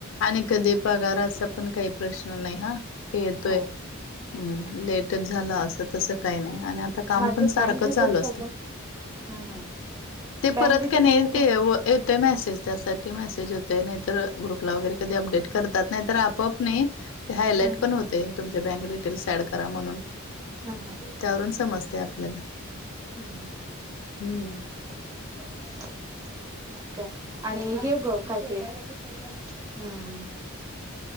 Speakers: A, on the left; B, on the right.
A: आणि कधी पगाराचा पण काही प्रश्न नाही हा हे येतोय
B: हम्म
A: हम्म लेटच झाला असं तसं काही नाही आणि आता काम
B: माझे
A: पण
B: बँक
A: सारखं
B: डिटेल्स
A: चालू असते
B: अजून हम्म हम्म
A: ते
B: बँक
A: परत
B: डिटेल्स
A: का नाही
B: अजून
A: तेव येतोय मेसेज त्यासाठी मेसेज येतोय नाहीतर ग्रुपला वगैरे कधी अपडेट करतात नाहीतर आपआप नाही ते हायलाइट
B: हम्म
A: पण
B: हम्म
A: होते तुमचे बँक रिटेल्स ऍड करा म्हणून
B: हम्म हम्म
A: त्यावरून समजते आपल्याला
B: हम्म हम्म
A: हम्म
B: <inaudible> ठीक आहे आणि हेव ग काय ते हम्म